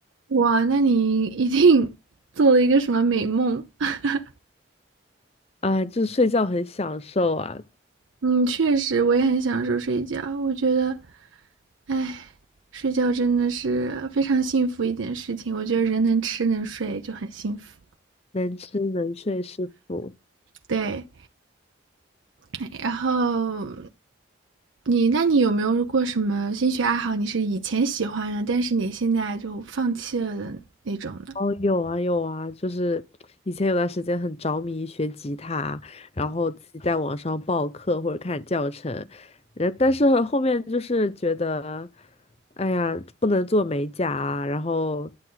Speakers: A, on the right (about 75°); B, on the left (about 30°).
A: 哇，那你一定做了一个什么美梦？<laughs>
B: <laughs> 啊，就是睡觉很享受啊，
A: 嗯，确实，我也很享受睡觉。我觉得，哎，睡觉真的是非常幸福一件事情。我觉得人能吃能睡就很幸福。
B: 能吃能睡是福。
A: 对，哎然后你，那你有没有过什么兴趣爱好？你是以前喜欢的，但是你现在就放弃了的那种呢？
B: 哦，有啊有啊，就是以前有段时间很着迷学吉他，然后自己在网上报课或者看教程，呃，但是后面就是觉得，哎呀，不能做美甲啊，然后，